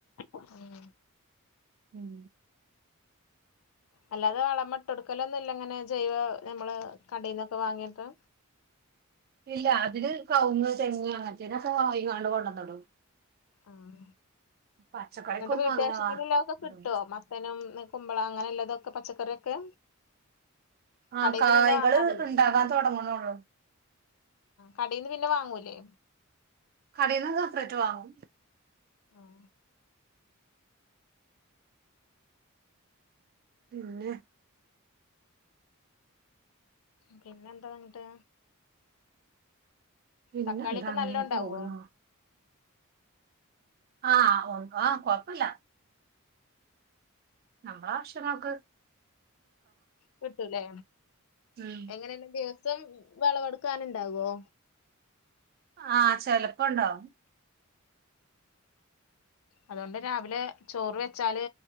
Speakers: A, on the left; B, on the right.
A: ഉം
B: ഉം
A: അല്ലാതെ വളമിട്ട് കൊടുക്കലൊന്നും ഇല്ലങ്ങനെ ജൈവ നമ്മള് കടയിൽന്നൊക്കെ വാങ്ങിട്ട്
B: ഇല്ല അതില് കവുങ്ങ് തെങ്ങ് അങ്ങനത്തെന്ന്‌ കൊണ്ടന്ന്‌ടും
A: ആഹ്
B: പച്ചക്കറിക്കൊന്നും
A: എന്നിട്ട് വീട്ടാവിശ്യത്തിന്
B: അങ്ങനെ വാ
A: വല്ലോക്കേ കിട്ടുവോ
B: ഇടൂല
A: മത്തനും ള അങ്ങനെല്ലാതൊക്കെ പച്ചക്കറിക്കെ
B: ആ
A: കടയിൽന്ന്
B: കായ്കള്
A: പിന്നെ വാങ്ങാറില്ലേ
B: ഇണ്ടാകാൻ തൊടങ്ങണൊള്ളൂ
A: കടയിന്ന്‌ പി ന്നേ വാങ്ങൂലേ
B: കടയിന്ന്‌ സപ്പറേറ്റ് വാങ്ങും
A: ഉം
B: പിന്നേ
A: പിന്നേ എന്താ എന്നിട്ട്
B: പിന്നെന്താ
A: തക്കാളിയൊക്കെ
B: അങ്ങനെ
A: നല്ലോ ഉണ്ടാവോ
B: പോകുന്നു ആഹ് ആഹ് കുഴപ്പംല്ല നമ്മള ആവിശ്യങ്ങക്ക്
A: കിട്ടൂല്ലേ
B: ഉം
A: എങ്ങനേല്ലും ദിവസം വെളവെടുക്കാനുണ്ടാവുവോ
B: ആഹ് ചെലപ്പോണ്ടാവും
A: അതുകൊണ്ട് രാവിലെ ചോറ് വെച്ചാല്